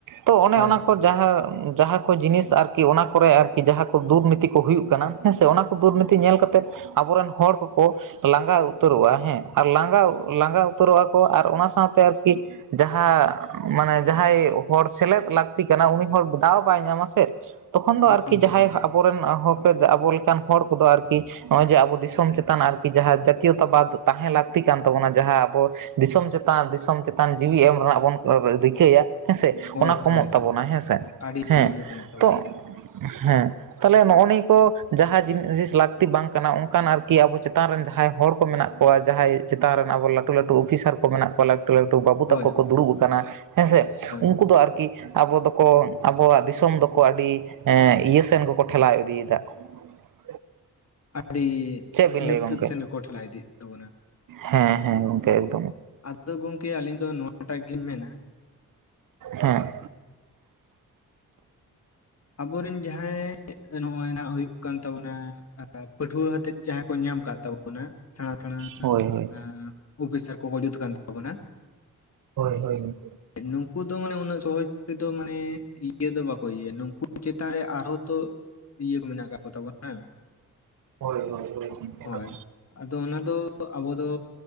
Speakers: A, on the right; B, on the left.
A: ᱛᱚ ᱚᱱᱮ
B: ᱦᱳᱭ
A: ᱚᱱᱟ
B: ᱦᱳᱭ
A: ᱠᱚ ᱡᱟᱦᱟᱸ ᱡᱟᱦᱟᱸ ᱠᱚ ᱡᱤᱱᱤᱥ ᱟᱨᱠᱤ ᱚᱱᱟ ᱠᱚᱨᱮ ᱟᱨᱠᱤ ᱡᱟᱦᱟᱸ ᱠᱚ ᱫᱩᱨᱱᱤᱛᱤ ᱠᱚ ᱦᱩᱭᱩᱜ ᱠᱟᱱᱟ ᱦᱮᱸᱥᱮ ᱚᱱᱟ ᱠᱚ ᱫᱩᱨᱱᱤᱛ ᱛᱤ ᱧᱮᱞ ᱠᱟᱛᱮᱫ ᱟᱵᱚᱨᱮᱱ ᱦᱚᱲ ᱠᱚᱠᱚ ᱞᱟᱸᱜᱟ ᱩᱛᱟᱹᱨᱚᱜᱼᱟ ᱦᱮᱸ ᱟᱨ ᱞᱟᱸᱜᱟ ᱞᱟᱸᱜᱟ ᱩᱛᱟᱹᱨᱚᱜᱼᱟ᱾ ᱠᱚ ᱟᱨ ᱚᱱᱟ ᱥᱟᱶᱛᱮ ᱟᱨᱠᱤ, ᱡᱟᱦᱟᱸ ᱢᱟᱱᱮ ᱡᱟᱦᱟᱸᱭ ᱦᱚᱲ ᱥᱮᱞᱮᱫ ᱞᱟᱠ ᱛᱤ ᱠᱟᱱᱟ ᱩᱱᱤ ᱦᱚᱲ ᱵᱚᱠᱟᱣ ᱵᱟᱭ ᱧᱟᱢᱟ ᱥᱮ ᱛᱚᱠᱷᱚᱱ ᱫᱚ ᱟᱨᱠᱤ
B: ᱵᱟᱝᱜᱮ
A: ᱡᱟᱦᱟᱸᱭ
B: ᱵᱟᱝᱜᱮ
A: ᱟᱵᱚᱨᱮᱱ ᱦᱚᱠ ᱟᱵᱚ ᱠᱟᱱ ᱦᱚᱲ ᱠᱚᱫᱚ ᱟᱨᱠᱤ ᱱᱚᱜᱼᱚᱭ ᱡᱮ ᱟᱵᱚ ᱫᱤᱥᱚᱢ ᱪᱮᱛᱟᱱ ᱟᱨᱠ ᱠᱤ ᱡᱟᱦᱟᱸ ᱡᱟᱛᱤᱭᱚᱛᱟ ᱵᱟᱫ ᱛᱟᱦᱮᱸ ᱞᱟᱹᱠᱛᱤ ᱠᱟᱱ ᱛᱟᱵᱚᱱᱟ ᱡᱟᱦᱟᱸ ᱟᱵᱚ ᱫᱤᱥᱚᱢ ᱪᱮᱛᱟᱱ ᱫᱤᱥᱚᱢ ᱪᱮᱛᱟᱱ ᱡᱤᱣᱤ ᱮᱢ ᱨᱮᱱᱟᱜ ᱵᱚᱱ ᱨᱤ ᱨᱤᱠᱟᱹᱭᱟ ᱦᱮᱸᱥᱮ᱾
B: ᱦᱳᱭ
A: ᱚᱱᱟ ᱠᱚ
B: ᱦᱳᱭ
A: ᱛᱟᱵᱚᱱᱟ
B: ᱦᱳᱭ ᱦᱳᱭ
A: ᱦᱮᱸᱥᱮ
B: ᱟᱹᱰᱤ
A: ᱦᱮᱸ
B: ᱡᱳᱨ ᱜᱮ ᱠᱚᱢᱚᱜ ᱛᱟᱵᱚᱱᱟ
A: ᱛᱚ ᱦᱮᱸ᱾ ᱛᱟᱦᱚᱞᱮ ᱱᱚᱜᱼᱚ ᱱᱤᱭᱟᱹ ᱠᱚ ᱡᱟᱦᱟᱸᱤᱥ ᱞᱟᱹᱠᱛᱤ ᱵᱟᱝ ᱠᱟᱱᱟ ᱚᱱᱠᱟᱱ ᱟᱨᱠᱤ ᱟᱵᱚ ᱪᱮᱛᱟᱱ ᱨᱮᱱ ᱡᱟᱦᱟᱸᱭ ᱦᱚᱲ ᱠᱚ ᱢᱮᱱᱟᱜ ᱠᱚᱣᱟ ᱡᱟᱦᱟᱸᱭ ᱪᱮᱛᱟᱱ ᱨᱮᱱ ᱟᱵᱚ ᱞᱟᱴᱩ ᱞᱟᱴᱩ ᱚᱯᱷᱤᱥᱟᱨ ᱠᱚ ᱢᱮᱱᱟᱜ ᱠᱚᱣᱟ᱾ ᱞᱟᱹᱴᱩ ᱞᱟᱹᱴᱩ ᱵᱟᱹᱵᱩ
B: ᱦᱳᱭ
A: ᱛᱟᱠᱚ ᱠᱚ
B: ᱦᱳᱭ
A: ᱫᱩᱲᱩᱵ
B: ᱦᱳᱭ
A: ᱟᱠᱟᱱᱟ ᱦᱮᱸᱥᱮ,
B: ᱦᱳᱭ
A: ᱩᱱᱠᱩ ᱫᱚ ᱟᱨ ᱠᱤ ᱟᱵᱚ ᱫᱚᱠᱚ ᱟᱵᱚᱣᱟᱜ ᱫᱤᱥᱚᱢ ᱫᱚᱠᱚ ᱟᱹᱰᱤ ᱮ ᱤᱭᱟᱹ ᱥᱮᱱ ᱜᱮᱠᱚ ᱴᱷᱮᱞᱟᱣ ᱤᱫᱤᱭᱮᱫᱟ ᱚ
B: ᱟᱰᱤ
A: ᱵᱤᱱ ᱞᱟᱹᱭᱟ
B: ᱧᱩᱛᱟᱹᱛ
A: ᱜᱚᱢᱠᱮ
B: ᱥᱮᱱ ᱜᱮᱠᱚ ᱴᱷᱮᱞᱟᱣ ᱤᱫᱤᱜ ᱛᱟᱵᱚᱱᱟ᱾
A: ᱦᱮᱸ ᱦᱮᱸ ᱜᱚᱝᱠᱮ
B: ᱟᱫᱚ ᱜᱚᱝᱠᱮ ᱟᱞᱤᱧ ᱫᱚ ᱱᱚᱣᱟᱴᱟᱜ ᱜᱮᱞᱤᱧ ᱢᱮᱱᱟ ᱾
A: ᱦᱮᱸ
B: ᱟᱵᱚᱨᱤᱱ ᱡᱟᱦᱟᱸᱭ ᱱᱚᱜᱚᱭ ᱱᱟᱜ ᱦᱩᱭᱩᱜ ᱠᱟᱱ ᱛᱟᱵᱚᱱᱟ ᱟ ᱯᱟᱹᱴᱷᱩᱣᱟᱹ ᱦᱟᱛᱮᱫ ᱡᱟᱦᱟᱸ ᱠᱚ ᱧᱟᱢ ᱠᱟᱜ ᱛᱟᱵᱚᱱᱟ᱾ ᱥᱮᱬᱟ ᱥᱮᱬᱟ
A: ᱦᱳᱭ ᱦᱳᱭ
B: ᱟ ᱚᱯᱷᱤᱥᱟᱨ ᱠᱚᱠᱚ ᱡᱩᱛ ᱠᱟᱱ ᱛᱟᱵᱚᱱᱟ
A: ᱦᱳᱭ ᱦᱳᱭ
B: ᱱᱩᱠᱩ ᱫᱚ ᱢᱟᱱᱮ ᱩᱱᱟᱹᱜ ᱥᱚᱦᱚᱡ ᱛᱮᱫᱚ ᱢᱟᱱᱮ ᱤᱭᱟᱹ ᱫᱚ ᱵᱟᱠᱚ ᱤᱭᱟᱹᱭᱟ ᱱᱩᱠᱩ ᱪᱮᱛᱟ ᱨᱮ ᱟᱨᱦᱚᱸ ᱛᱚ ᱤᱭᱟᱹ ᱠᱚ ᱢᱮᱱᱟᱜ ᱠᱟ ᱠᱚ ᱛᱟᱵᱚᱱᱟ᱾
A: ᱦᱚᱭ ᱦᱚᱭ ᱦᱚᱭ ᱜᱚᱝᱠᱮ ᱦᱚᱭ
B: ᱦᱳᱭ ᱟᱫᱚ ᱚᱱᱟ ᱫᱚ ᱟᱵᱚ ᱫᱚ